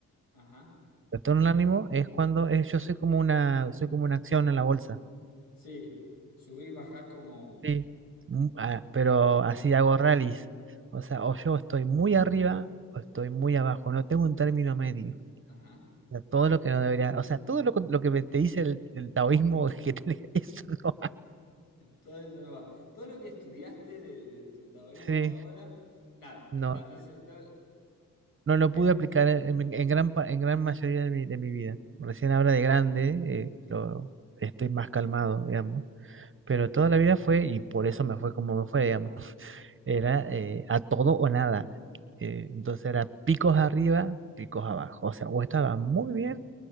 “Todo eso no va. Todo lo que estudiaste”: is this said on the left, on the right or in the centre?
Left